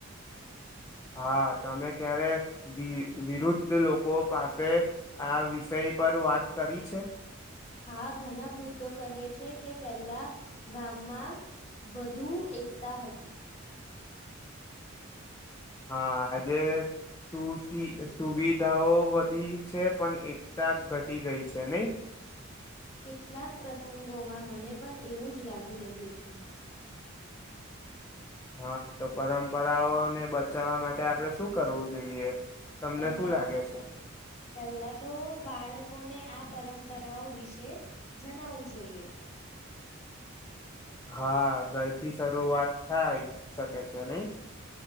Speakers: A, on the left; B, on the left.
A: હા તમે ક્યારે વિ વિરુદ્ધ લોકો પાસે આ વિષય પર વાત કરી છે.
B: હા ઘણા વૃદ્ધો કહે છે કે પેલા ગામમાં વધુ એકતા હતી.
A: હા આજે સુ સુવિધાઓ વધી છે પણ એકતા ઘટી ગઈ છે નહી.
B: કેટલાક પ્રસંગોમાં મને પણ એવું જ લાગી રહ્યું છે.
A: હા તો પરંપરાઓને બચાવવા માટે આપડે શું કરવું જોઈએ તમને
B: પહેલા
A: શું લાગે છે
B: પહેલા તો બાળકોને આપ પરંપરાઓ વિશે જણાવવું જોઈએ
A: હા ઘરથી શરૂઆત થાય શકે છે નહી